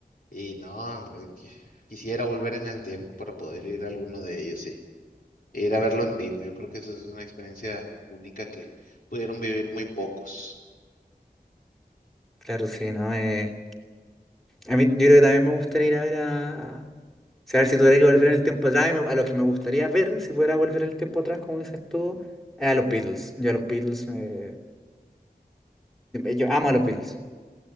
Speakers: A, on the left; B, in the centre.
A: y no, hombre, qui- quisiera volver en el tiempo para poder ir a alguno de ellos sí e ir a verlo en vivo. Yo creo que eso es una experiencia única que pudieron vivir muy pocos.
B: Claro, sí, ¿no? Eh, a mí, yo creo que también me gustaría ir a ver a. O sea, a ver si tuviera que volver en el tiempo atrás, me- a los que me gustaría ver, si pudiera volver el tiempo atrás, como dices tú, es a los Beatles. Yo a los Beatles, me- yo amo a los Beatles.